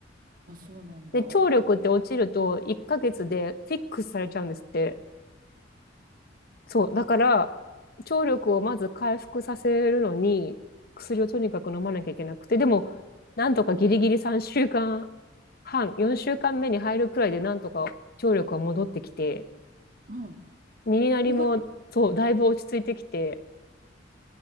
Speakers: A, on the right; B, on the left.
A: あ、そうなんだ。
B: で、
A: こ、
B: 聴力って落ちると1ヶ月でフィックスされちゃうんですって。そう、だから、聴力をまず回復させるのに、薬をとにかく飲まなきゃいけなくて、でも、なんとかギリギリ3週間半、4週間目に入るくらいで、なんとか聴力が戻ってきて、
A: うん。
B: 耳鳴りも、
A: よかった。
B: そう、だいぶ落ち着いてきて、